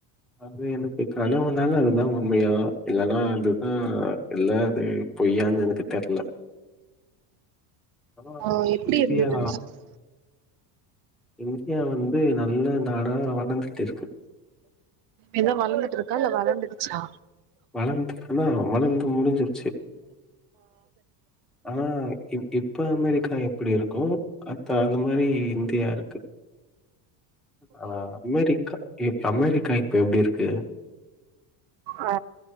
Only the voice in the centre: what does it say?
அது எனக்கு கனவுனால அதலா உண்மயா இல்லன்னா அதுதா இல்ல அது பொய்யான் எனக்கு தெர்ல ஆனா
இந்தியா
இந்தியா வந்து நல்ல நாடா வளந்துட்டு இருக்கு
வளந்துக்குனா வளந்து முடுஞ்சுருச்சு ஆ இப் இப்ப அமெரிக்கா எப்டி இருக்கோ அத்த அந்த மாரி இந்தியா இருக்கு ஆனா அமெரிக்கா அமெரிக்கா இப்ப எப்டி இருக்கு